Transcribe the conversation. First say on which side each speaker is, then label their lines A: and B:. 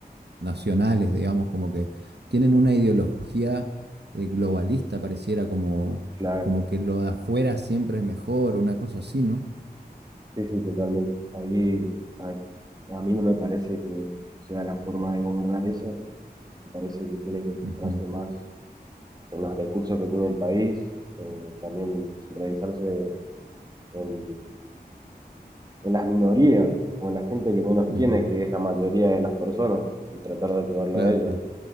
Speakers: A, on the right; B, on the right.
A: nacionales, digamos, como que tienen una ideología eh, globalista, pareciera como,
B: claro.
A: como que lo de afuera siempre es mejor, una cosa así, ¿no?
B: Sí, sí, totalmente. Ahí, a a mí no me parece que sea la forma de gobernar eso Me parece que tiene que centrarse
A: Ujú,
B: más en los recursos que tiene el país, eh, también centralizarse en, en las minorías o en la gente que menos
A: ujú,
B: tiene, que es la mayoría de las personas, y tratar de ayudarlo
A: Claro,
B: a ellos,